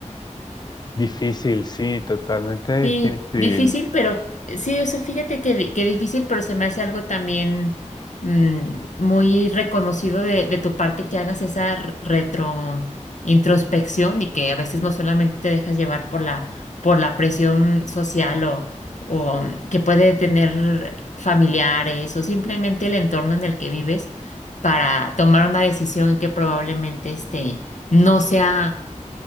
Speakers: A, on the left; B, on the left.
A: Difícil, sí, totalmente
B: Sí,
A: difícil.
B: difícil, pero sí, o sea, fíjate que, di- que difícil, pero se me hace algo también mm, muy reconocido de, de tu parte que hagas esa r- retro introspección y que a veces no solamente te dejas llevar por la, por la presión social o, o que puede tener familiares o simplemente el entorno en el que vives para tomar una decisión que probablemente este, no sea